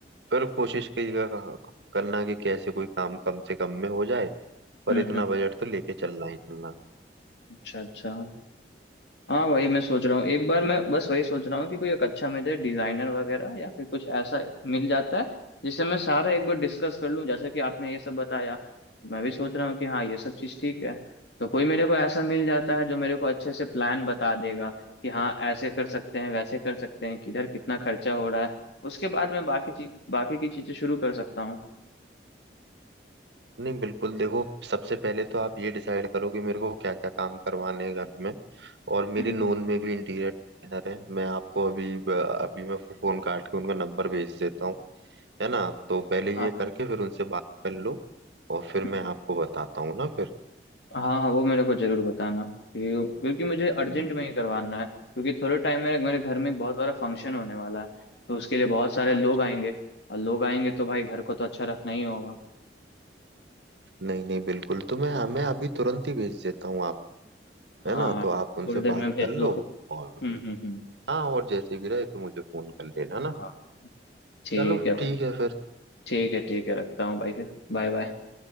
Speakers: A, on the right; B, on the left.
A: फिर कोशिश कीजिएगा करना कि कैसे कोई काम कम से कम में हो जाए पर
B: हम्म
A: इतना
B: हम्म।
A: बजट तो लेके चलना ही चलना
B: अच्छा अच्छा हाँ वही मैं सोच रहा हूँ एक बार मैं बस वही सोच रहा हूँ कि कोई एक अच्छा मुझे डिजाइनर वगैरह या फिर कुछ ऐसा मिल जाता है जिससे मैं सारा एक बार डिस्कस कर लूँ जैसे कि आपने ये सब बताया मैं भी सोच रहा हूँ कि हाँ ये सब चीज़ ठीक है तो कोई मेरे को ऐसा मिल जाता है जो मेरे को अच्छे से प्लान बता देगा कि हाँ ऐसे कर सकते हैं वैसे कर सकते हैं किधर कितना खर्चा हो रहा है उसके बाद मैं बाकी चीज बाकी की चीज़ें शुरू कर सकता हूँ
A: नहीं बिल्कुल देखो सबसे पहले तो आप ये डिसाइड करो कि मेरे को क्या क्या काम करवाने हैं घर में और मेरी
B: हम्म
A: नोन
B: हम्म।
A: में भी इंटीरियर डिजाइनर है मैं आपको अभी अभी मैं फोन काट के उनका नंबर भेज देता हूँ है ना तो पहले
B: हाँ
A: ये
B: हाँ
A: करके फिर उनसे बात कर लो और फिर
B: हम्म,
A: मैं आपको बताता हूँ ना फिर
B: हाँ हाँ वो मेरे को जरूर बताना कि- क्योंकि मुझे अर्जेंट
A: हम्म।
B: में ही करवाना है क्योंकि थोड़े टाइम में मेरे घर में एक बहुत बड़ा फंक्शन होने वाला है तो उसके लिए बहुत सारे
A: डन
B: लोग आएंगे और लोग आएंगे तो भाई घर को तो अच्छा रखना ही होगा
A: नहीं नहीं बिल्कुल तो मैं मैं अभी तुरंत ही भेज देता हूँ आप
B: हाँ
A: है ना तो आप उनसे
B: थोड़ी देर
A: बात
B: में भेज
A: कर
B: दो
A: लो
B: हम्म
A: और
B: हम्म हम्म
A: हाँ और जैसे भी रहे तो मुझे फोन कर लेना
B: हाँ
A: ना
B: ठीक
A: चलो
B: है भाई
A: ठीक है फिर
B: ठीक है ठीक है रखता हूँ भाई फिर बाय बाय